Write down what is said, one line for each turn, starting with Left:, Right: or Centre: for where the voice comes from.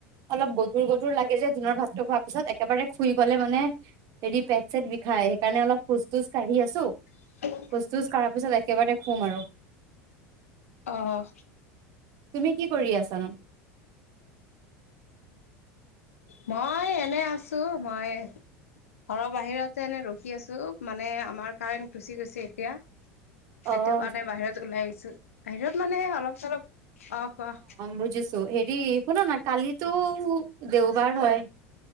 Right: অলপ গধুৰ গধুৰ লাগে যে দিনৰ ভাতটো খোৱাৰ পিছত একেবাৰে খুই গ'লে মানে হেৰি পেট চেট বিষাই সেইকাৰণে অলপ খোজ-তোজ কাঢ়ি আছো-
Left: <unintelligible>
Right: খোজ-তোজ কৰাৰ পিছত একেবাৰে খুম আৰু।
Left: অ
Right: তুমি কি কৰি আছানো?
Left: মই এনে আছোঁ, মই ঘৰৰ বাহিৰতে এনে ৰখি আছোঁ, মানে আমাৰ কাৰেণ্ট গুচি গৈছে এতিয়া
Right: অ',
Left: সেইটো কাৰণে বাহিৰত ওলাই আহিছো। বাহিৰত মানে অলপ-চলপ, অ কোৱা
Right: বুজিছোঁ। হেৰি, শুনা'না কালিতো দেওবাৰ হয়